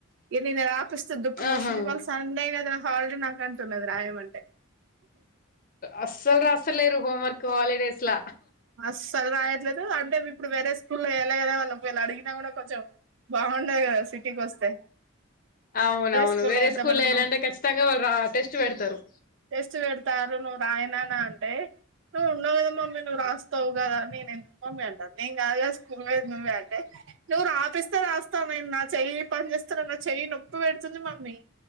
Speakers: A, on the right (about 60°); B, on the left (about 40°).
A: ఈ నిన్న రాపిస్తే దుఃఖం
B: ఆహా
A: వస్తుంది ఇవాళ సండే కదా హాలిడే నాకు అంటున్నది రాయమంటే
B: అస్సలు రాసలేరు హోంవర్క్ హాలిడేస్ లా
A: అస్సలు రాయట్లేదు అంటే ఇప్పుడు వేరే స్కూల్లో వేయళ్ళ కదా వాళ్లు ఒకవేళ అడిగినా కూడా కొంచెం బాగుండది కదా సిటీకి వస్తే
B: అవునవును
A: స్కూల్లో
B: వేరే
A: ఏద్దాం
B: స్కూల్
A: అనుకున్నాం
B: వేయాలంటే ఖచ్చితంగా వాళ్ళు రా టెస్ట్ పెడతారు
A: టెస్ట్ పెడతారు నువ్వు రాయి నాన్న అంటే నువ్వు ఉన్నావు కదా మమ్మీ నువ్వు రాస్త రాస్తావ్ నేనెందుకు మమ్మి అంటాను నేను కాదు కదా స్కూల్ కి నువ్వే నువ్వే అంటే నువ్వు రాపిస్తే రాస్తావు నా చెయ్యి పని చేస్తనన్న చెయ్యి నొప్పి పెడుతుంది మమ్మీ